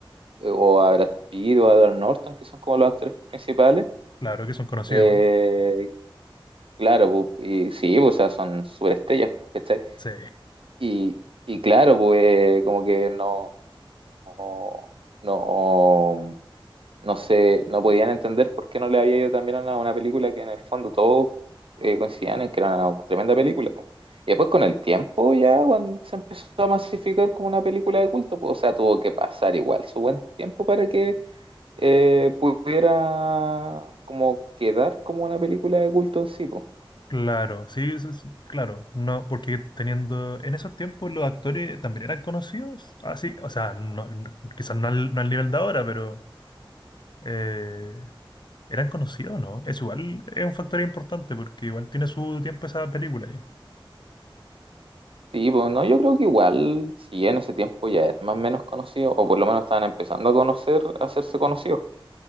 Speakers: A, on the right; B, on the left.
A: eh, o a Brad Pitt o a Edward Norton, que son como los actores principales.
B: claro que son conocidos
A: Eh,
B: igual.
A: claro, pu, y sí, pu, o sea, son superestrellas, pu, ¿cachai?
B: Sí,
A: Y, y claro, pues como que no, no, no no sé, no podían entender por qué no le había ido también a una, una película que en el fondo todos eh, coincidían en que era una tremenda película. po. Y después con el tiempo ya cuando se empezó a masificar como una película de culto, pues, o sea, tuvo que pasar igual su buen tiempo para que eh, pudiera como quedar como una película de culto en sí, pues.
B: claro, sí, sí, sí, claro. No, porque teniendo, en esos tiempos los actores también eran conocidos. Así, o sea, no- no- quizás no al, no al nivel de ahora, pero... eh, Eran conocidos, ¿no? Eso igual es un factor importante porque igual tiene su tiempo esa película ya.
A: Sí, pues no, yo creo que igual, si en ese tiempo ya era más o menos conocido, o por lo menos estaban empezando a conocer, a hacerse conocidos,